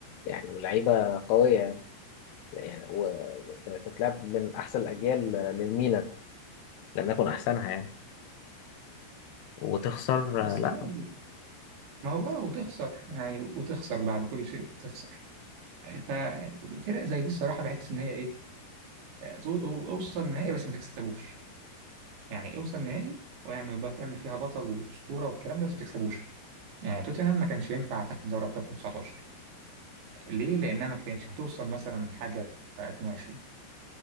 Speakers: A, on the left; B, on the right.
A: ولاعيبه قويه يعني يعني وانت بتلعب من احسن الاجيال للميلان لم يكن احسنها يعني وتخسر
B: بس
A: لا
B: برضه ما هو اه وتخسر يعني وتخسر بعد كل شيء تخسر ففرق زي دي الصراحه بحس ان هي ايه تو- أو- اوصل النهائي بس ما تكسبوش يعني اوصل نهائي واعمل بط- يعمل فيها بطل واسطوره والكلام ده بس ما تكسبوش يعني توتنهام ما كانش ينفع تاخد دوري ابطال 2019 ليه؟ لانها ما كانتش هتوصل مثلا حاجه 2020